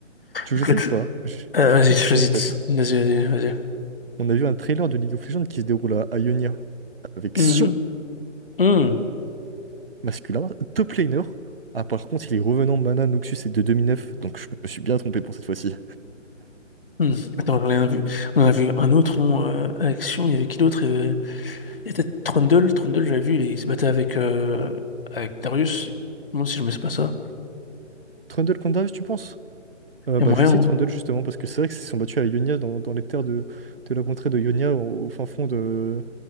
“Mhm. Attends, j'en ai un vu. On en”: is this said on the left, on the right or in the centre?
Left